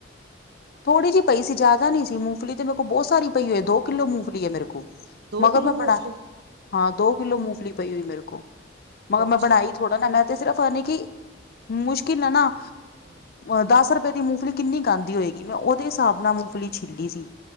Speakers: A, on the left; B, on the right.
A: ਥੋੜੀ ਜਿਹੀ ਪਈ ਸੀ, ਜ਼ਿਆਦਾ ਨਹੀਂ ਸੀ, ਮੂੰਫਲੀ ਤੇ ਮੇਰੇ ਕੋਲ ਬਹੁਤ ਸਾਰੀ ਪਈ ਹੋਈ ਐ, ਦੋ-ਕਿੱਲੋ ਮੂੰਗਫਲੀ ਹੈ ਮੇਰੇ ਕੋਲ।
B: ਦੋ
A: ਮਗਰ
B: ਕਿੱਲੋ
A: ਮੈਂ
B: ਮੂੰਗਫਲੀ
A: ਬਣਾ--ਹਾਂ, ਦੋ-ਕਿੱਲੋ ਮੂਫਲੀ ਪਈ ਹੋਈ ਮੇਰੇ ਕੋਲ, ਮਗਰ
B: ਅੱਛਾ
A: ਮੈਂ ਬਣਾਈ ਥੋੜਾ ਨਾ, ਮੈਂ ਤੇ ਸਿਰਫ ਅ, ਨੀ, ਕਿ, ਮੁਸ਼ਕਿਲ ਆ ਨਾ
B: <unintelligible>
A: ਅ ਦੱਸ ਰੁਪਏ ਦੀ ਮੂਫਲੀ ਕਿੰਨੀ ਕ ਆਂਦੀ ਹੋਏਗੀ, ਮੈਂ ਉਹਦੇ ਹਿਸਾਬ ਨਾਲ ਮੂਫਲੀ ਛਿੱਲੀ ਸੀ।